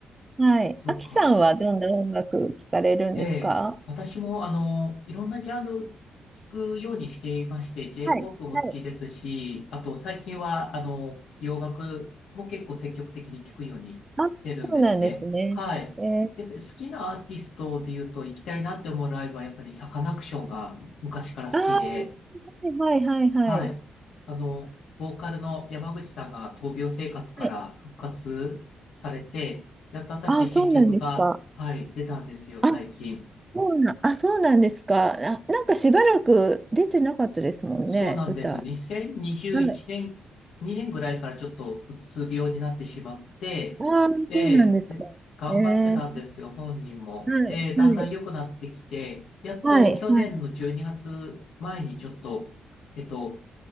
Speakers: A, on the right (about 20°); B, on the left (about 80°).
A: はい。
B: そっか。
A: あきさんはどんな音楽聞かれるんですか
B: ええ、私も、あの、いろんなジャンル聞くようにしていまして、J-POP
A: はい、
B: も好きですし、
A: はい。
B: あと最近は、あの、洋楽も結構積極的に聞くようにしてるんですね。
A: あ、そうなんですね。
B: はい。
A: えー、
B: やっぱり好きなアーティストで言うと、行きたいなって思うライブは、やっぱりサカナクションが昔から好きで、
A: ああはい、はい、はい、
B: はい。
A: はい。
B: あの、ボーカルの山口さんが闘病生活から復活されて、
A: はい
B: やっと私新曲が、
A: あ、そうなんですか。
B: はい、出たんですよ、最近。
A: あ、そうな、あ、そうなんですか。あ、なんかしばらく出てなかったですもんね、
B: そうなんです。
A: 歌。
B: 2021年、
A: はい。
B: 2年ぐらいからちょっとうつ病になってしまって、
A: ああ、
B: で、
A: そうなんですか。
B: で、頑張ってたんですけど、
A: えー、
B: 本人も。
A: はい、
B: で、だんだん良くなってきて、
A: はい、
B: やっと去年の12月前にがつまえにちょっと、
A: はい、は
B: えっと、